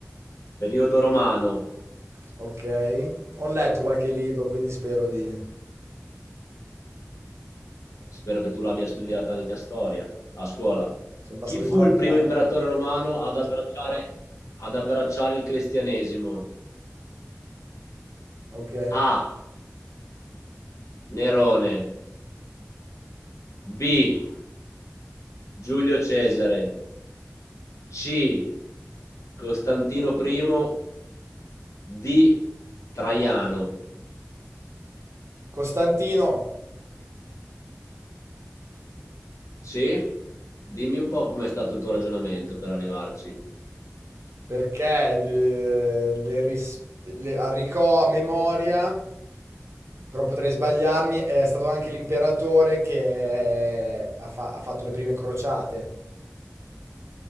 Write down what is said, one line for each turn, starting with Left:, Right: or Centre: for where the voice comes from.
Left: Periodo romano.
Right: ok. Ho letto qualche libro, quindi spero di...
Left: Spero che tu l'abbia studiata anche a storia, a scuola.
Right: Sono passati
Left: Chi fu
Right: troppi
Left: il primo
Right: anni.
Left: imperatore romano ad abbracciare, ad abbracciare il cristianesimo?
Right: Ok.
Left: A. Nerone. B. Giulio Cesare. C. Costantino I. D. Traiano.
Right: Costantino,
Left: Sì? Dimmi un po' com'è stato il tuo ragionamento per arrivarci.
Right: perché eh, le, ris- le- a ricò- a memoria, però potrei sbagliarmi, è stato anche l'imperatore che eh, ha, fa- ha fatto le prime crociate.